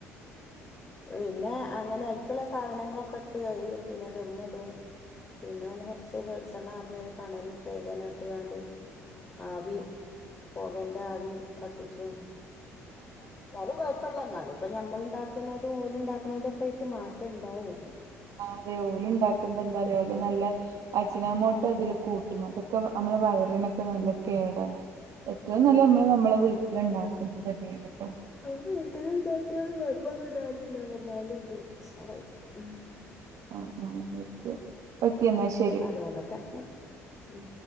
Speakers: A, on the left; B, on the right.
A: പിന്നെ അങ്ങനെ അയ്ക്ക്ള്ള സാധനങ്ങളൊക്കെട്ട് അഹ് പിന്നെ ദമ്മ്ടും. പിന്നെ ഒന്ന് കൊർച്ച് വെൾച്ചെണ്ണർന്ന് ഒരു കണലൂട്ടാ അയ്ലന്നട്ട്കാണ്ട്. ആവി
B: ആ
A: പൊകന്റാവി തട്ടിച്ചും
B: ആ ആ,
A: ന്നാലും കൊഴ്പ്പല്ല ന്നാലുംപ്പ ഞമ്മള്ണ്ടാക്ക ക്ക്ണതും ഓല്ണ്ടാക്ക്ണതൊക്കായ്ട്ട് മാറ്റം ണ്ടാവും.
B: ആഹ് അതെ ഓല്ണ്ടാക്കുമ്പന്താറ്യൊ ഓല് നല്ല. അജിനാമോട്ടോ അതില് കൂട്ടും അതൊക്കെ അമ്മളെ വയറിനൊക്കെ നല്ല കേടാണ്. ഏറ്റവും നല്ലത്
A: ഉം
B: മ്മള് നമ്മളെ വീട്ടില്ണ്ടാക്കുന്ന തന്നേണ് ട്ടോ.
A: അവ വീട്ടില്ണ്ടാക്ക്യാല് കൊഴ്പ്പൊന്നും ണ്ടാവലില്ല നന്നാവല്ണ്ട് ഉസാറായിട്ട് ഉം.
B: ആഹ് ആഹ്ഓക്കെ ഓക്കെന്നാ ശെ
A: അതു കൊണ്ടക്കന്നെ. ഉം